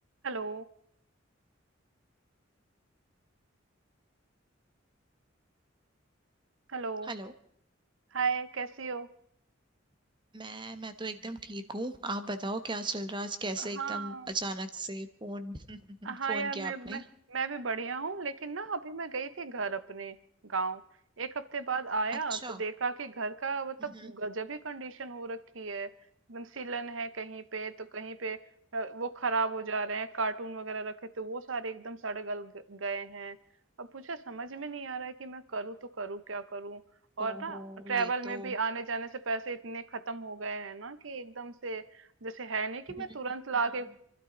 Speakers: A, on the right; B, on the right.
A: Hello, Hello,
B: हेलो
A: Hi कैसी हो?
B: मैं मैं तो एकदम ठीक हूँ आप बताओ क्या चल रहा है आज कैसे
A: हाँ,
B: एकदम अचानक से फोन <laughs>
A: हाँ
B: फोन
A: यार
B: किया
A: मैं
B: आपने
A: मैं मैं भी बढ़िया हूँ लेकिन ना अभी मैं गई थी घर अपने गांव एक हफ्ते बाद आया
B: अच्छा
A: तो देखा कि घर का मतलब
B: हम्म
A: गजब ही कंडीशन हो रखी है एकदम सीलन है कहीं पे तो कहीं पे अ, वो खराब हो जा रहे हैं कार्टून वगैरह रखे तो वो सारे एकदम सड़ गल ग- गए हैं अब मुझे समझ में नहीं आ रहा है कि मैं करूँ तो करूँ क्या करूँ और
B: ओहो
A: ना ट्रेवल
B: ये
A: में
B: तो
A: भी आने जाने से पैसे इतने खत्म हो गए हैं ना कि एकदम से जैसे है नहीं कि मैं
B: हम्म, हम्म,
A: तुरंत लाके
B: हम्म।